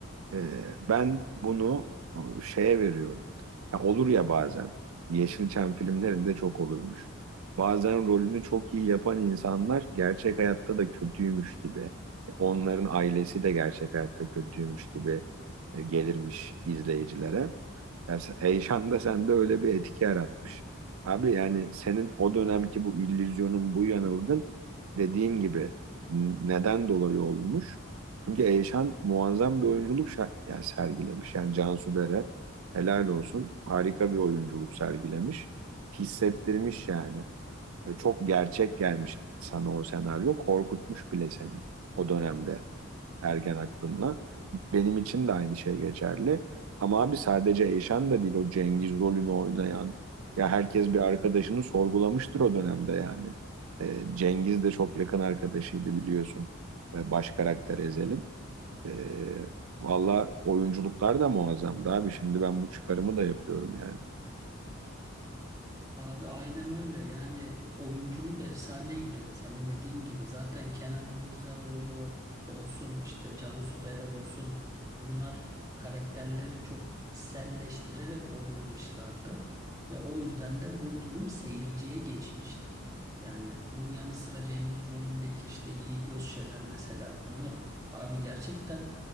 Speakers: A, on the right; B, on the right.
A: Ee, ben bunu o, şeye veriyorum. Ha, olur ya bazen. Yeşilçam filmlerinde çok olurmuş. Bazen rolünü çok iyi yapan insanlar gerçek hayatta da kötüymüş gibi. Onların ailesi de gerçek hayatta kötüymüş gibi e, gelirmiş izleyicilere. Ya sen- heyecan da sende öyle bir etki yaratmış. Abi yani senin o dönemki bu illüzyonun, bu yanılgın dediğim gibi n- neden dolayı olmuş? Çünkü Eyşan muazzam bir oyunculuk şer- yani sergilemiş. Yani Cansu Dere helal olsun harika bir oyunculuk sergilemiş. Hissettirmiş yani. E, çok gerçek gelmiş sana o senaryo. Korkutmuş bile seni o dönemde ergen aklımla. Benim için de aynı şey geçerli. Ama abi sadece Eyşan da değil o Cengiz rolünü oynayan. Ya herkes bir arkadaşını sorgulamıştır o dönemde yani. Ee, Cengiz de çok yakın arkadaşıydı biliyorsun. Ee, baş karakter Ezel'in. Ee, valla oyunculuklar da muazzamdı abi. Şimdi ben bu çıkarımı da yapıyorum yani.
B: Abi aynen öyle yani oyunculuk efsaneydi senin dediğin gibi zaten Kenan İmirzalıoğlu olsun işte Cansu Dere olsun bunlar karakterleri çok içselleştirerek oynamışlardı ve o yüzden de bu durum seyirciye geçmişti. Yani bunun yanı sıra Cengiz rolündeki işte Yiğit Özşener mesela bunlar abi gerçekten